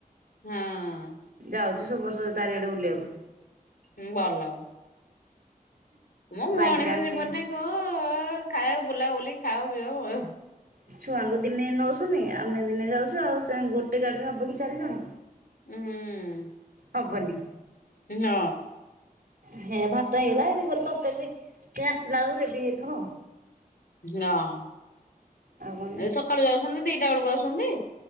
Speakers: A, on the left (about 85°); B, on the right (about 80°).
A: ହଁ
B: ଯାଉଛି ସବୁ ବର୍ଷ ଚାରିଆଡ଼େ ବୁଲିବାକୁ।
A: ହୁଁ ଭଲ। ମୋ ମଣିଷ
B: ବାଇକରେ ଆମେ
A: ଜୀବନ କ ଖାଇବ ବୁଲାବୁଲି ଖାଅ ପିଅ <unintelligible>
B: ହୁଁ। ଛୁଆଙ୍କୁ ଦିନେ ନଉଛୁନ୍ତି ଆମେ ଦିନେ ଯାଉଚୁ ଆଉ ସେ ଗୋଟେ ଗାଡିରେ ହବ କି ଚାରି ଜଣ!
A: ହୁଁ।
B: ହବନି।
A: ହଁ।
B: ହେ ଭାତ ହେଇଗଲା ଏଇତି ଗଲ ତରକାରୀ ସେ ଆସିଲା ବେଳୁକୁ ରେଡି ହେଇଥିବ।
A: ହଁ
B: ଆଉ କଣ
A: ସକାଳୁ ଯାଉଛୁନ୍ତି ଦିଟା ବେଳକୁ ଆଉଛୁନ୍ତି?